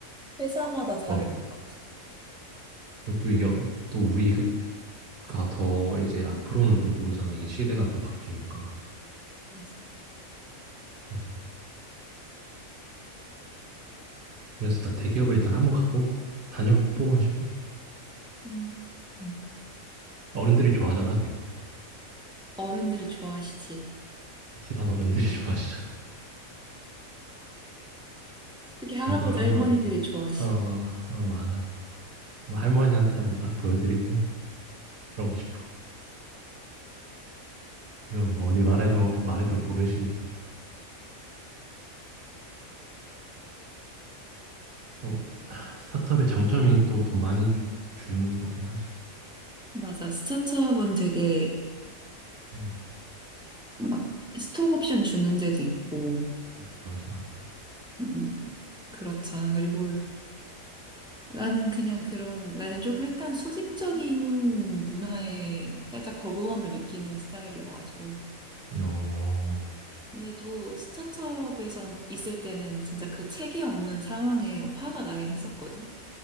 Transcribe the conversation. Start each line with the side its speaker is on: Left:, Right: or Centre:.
Centre: 회사마다 다를
Right: 어,
Centre: 것 같아.
Right: 또 이게, 또 우리가 더 이제 앞으로는 또 모르잖아. 이게 시대가 또 바뀌니까.
Centre: 진짜.
Right: 그래서, 그래서 나 대기업에 일단 한번 가보고, 다녀보고 싶어.
Centre: 음. 음.
Right: 어른들이 좋아하잖아, 그리고.
Centre: 어른들이 좋아하시지.
Right: 집안 어른들이 <laughs> 좋아하시잖아.
Centre: 특히 할아버지,
Right: 그걸 한번,
Centre: 할머니들이 좋아하시.
Right: 어, 어, 맞아. 한번 할머니한테 한번 딱 보여드리고, 그러고 싶어. 이건 뭐 어디 말해도, 말해도 모르시니까. 또 스타트업의 장점이 또 돈 많이 주, 주는 거긴 하지.
Centre: 맞아. 스타트업은 되게
Right: 음,
Centre: 막 스톡 옵션 주는 데도 있고,
Right: 음, 맞아.
Centre: 음, 그렇잖아. 그리고 나는 그냥 그런, 나는 조금 약간 수직적인 문화에 살짝 거부감을 느끼는 스타일이어가지고.
Right: 어,
Centre: 근데 또 스타트업에서 있을 때는 진짜 그 체계 없는 상황에 화가 나긴 했었거든.